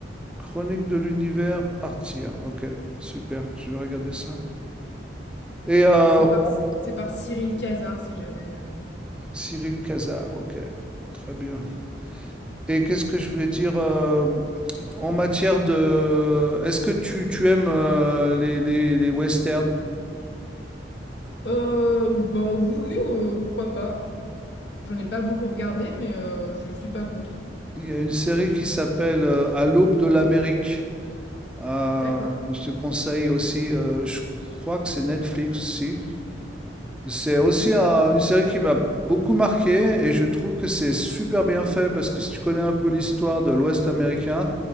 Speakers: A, in the centre; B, on the left.
A: Chronique de l'univers, partir. Ok, super. Je vais regarder ça. Et euh,
B: C'est par,
A: on-
B: c'est par Cyril Cazard, si jamais. euh.
A: Cyril Cazard. Ok, très bien. Et qu'est-ce que je voulais dire euh, en matière de... Est-ce que tu, tu aimes euh, les, les, les westerns?
B: Euh, ou- bah oui, oui, euh, pourquoi pas. J'en ai pas beaucoup regardé, mais euh, je suis pas contre.
A: Il y a une série qui s'appelle euh, À l'aube de l'Amérique. Euh,
B: D'accord,
A: je te conseille aussi, euh, je crois que c'est Netflix aussi. C'est aussi
B: OK.
A: un- une série qui m'a beaucoup marqué et je trouve que c'est super bien fait parce que si tu connais un peu l'histoire de l'Ouest américain,